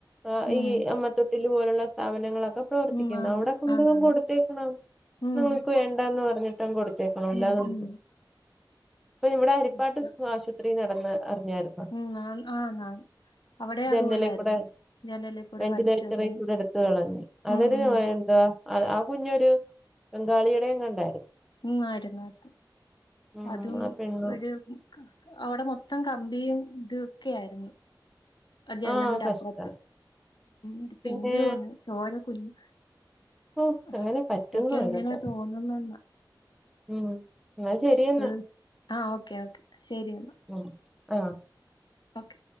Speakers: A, in the centre; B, on the left.
A: ആഹ
B: ഉം.
A: ഈ അമ്മതൊട്ടിൽ പോലുള്ള സ്ഥാപനങ്ങളൊക്കെ ക്കെ പ്രവർത്തിക്കുന്നു
B: ഉം. ആന്ന്.
A: അവിടെ കൊണ്ടു
B: ആന്നാന്ന്.
A: കൊടുത്തേക്കണം
B: ഉം.
A: നിങ്ങൾക്ക് വേണ്ടന്ന് പറഞ്ഞ് ട്ടം കൊടു കേക്കണം അല്ലാതൊന്നും
B: ഉം ഉം.
A: അപ്പ ഇവിടെ അരിപ്പാട്ട്
B: ഇഷ്ടം.
A: ആശു നടന്ന് അറിഞ്ഞായിരുന്നു
B: ഉം. ആന്ന് ആന്നാന്ന്. അവിടെയും
A: ജെന്നലെ
B: അതുപോലായിരുന്നു.
A: കൂടെ
B: ജനലിൽ കൂടെ
A: വെന്റിലേറ്ററെ
B: വലിച്ചെറിഞ്ഞ്.
A: കൂടെ എടുത്ത് കളഞ്ഞു
B: ഉം
A: അവർ
B: ഉം.
A: എന്തവാ ആ കുഞ്ഞൊരു ബംഗാളിയുടെ എങ്ങാണ്ടായിരുന്നു
B: ഉം ആയിരുന്നുആയിരുന്നു
A: ഉം
B: അതും
A: ആ പെണ്ണു
B: ഒരു അവിടെ മൊത്തം കമ്പിയും ഇതൊക്കെ ആയിരുന്നു അ ജനലിന്റെ
A: ആഹ് കഷ്ടം
B: അപ്പുറത്ത് ഒരു
A: പിന്നെ
B: പിഞ്ചു കുഞ്ഞ് ചോര കുഞ്ഞ്
A: ഓ
B: ഇതൊക്കെ
A: അങ്ങനെ പറ്റുന്നു
B: എങ്ങനെ
A: ഇതൊക്കെ
B: തോന്നുന്നെന്ന
A: ഉം എന്നാ ശരിയെന്നാ
B: ഉം ആ ഓക്കെ ഓക്കെ ശെരി
A: ഉ ആഹ്
B: ഓക്കെ